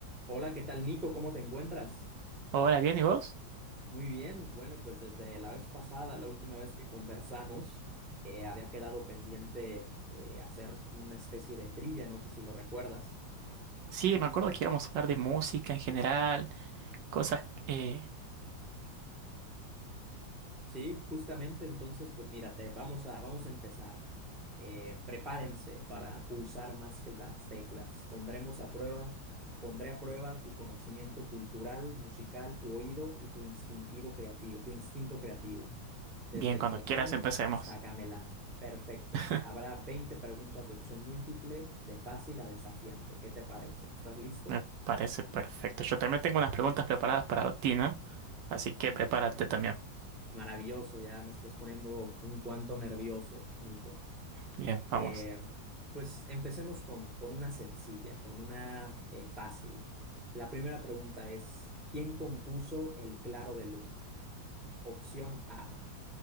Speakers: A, in the centre; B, on the right.
A: Hola, ¿qué tal, Nico? ¿Cómo te encuentras?
B: Hola, bien, ¿y vos?
A: Muy bien. Bueno, pues desde la vez pasada, la última vez que conversamos, eh, había quedado pendiente eh, hacer una especie de trivia, no sé si lo recuerdas.
B: Sí, me acuerdo que íbamos a hablar de música en general, cosas... eh,
A: Sí, justamente, entonces, pues mírate, vamos a, vamos a empezar. Eh, prepárense para pulsar más que las teclas. Pondremos a prueba, pondré a prueba tu conocimiento cultural, musical, tu oído y tu instintivo creativo, tu instinto creativo, desde
B: Bien, cuando
A: Chopin
B: quieras empecemos.
A: hasta Gamelán. Perfecto.
B: <laughs>
A: Habrá 20 preguntas de opción múltiple, de fácil a desafiante. ¿Qué te parece? ¿Estás listo?
B: Me parece perfecto. Yo también tengo unas preguntas preparadas para ti, ¿no? Así que prepárate también.
A: Maravilloso, ya me estás poniendo un cuanto nervioso, Nico.
B: Bien, vamos.
A: Eh, pues empecemos con, con una sencilla, con una eh, fácil. La primera pregunta es, ¿quién compuso El Claro de Luna? Opción A,